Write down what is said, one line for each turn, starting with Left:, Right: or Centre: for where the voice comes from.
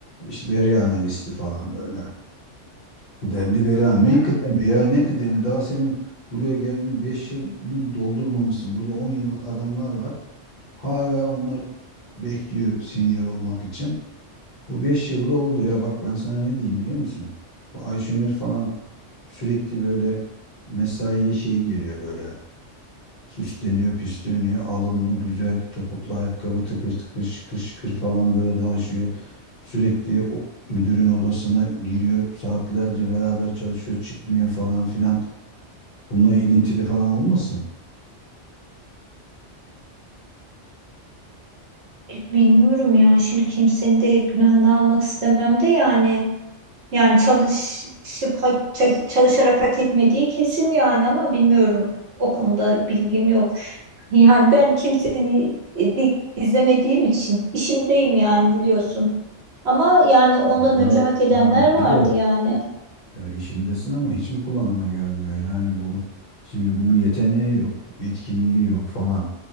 Left: işte veri analisti falan böyle. Kıdemli veri analisti.
Right: Ya
Left: Ne kıdemi ya ne kıdemi? Daha senin buraya geldiğini 5 yılını mı doldurmamışsın. Burada 10 yıllık adamlar var. Hala onlar bekliyor senior olmak için. Bu 5 yılda oldu. Ya bak ben sana ne diyeyim biliyor musun? Bu Ayşenur falan sürekli böyle mesaiye şey geliyor böyle. Süsleniyor, püsleniyor. Alımlı, güzel topuklu ayakkabı tıkır tıkır şıkır şıkır falan böyle dalaşıyor. Sürekli o müdürün odasına giriyor. Saatlerce beraber çalışıyor, çıkmıyor falan filan. Bununla ilintili falan olmasın?
Right: e, bilmiyorum ya şimdi kimsenin de günahını almak istemem de yani. Yani çalışıp hak- ça- çalışarak hak etmediği kesin yani ama bilmiyorum. O konuda bilgim yok. Yani ben kimseni e, di- izlemediğim için işimdeyim yani biliyorsun. Ama yani ondan
Left: Ya,
Right: önce hak edenler
Left: ha,
Right: vardı
Left: iyi de
Right: yani.
Left: Ya işindesin ama hiç mi kulağına gelmiyor? Yani bu şimdi bunun yeteneği yok, yetkinliği yok falan.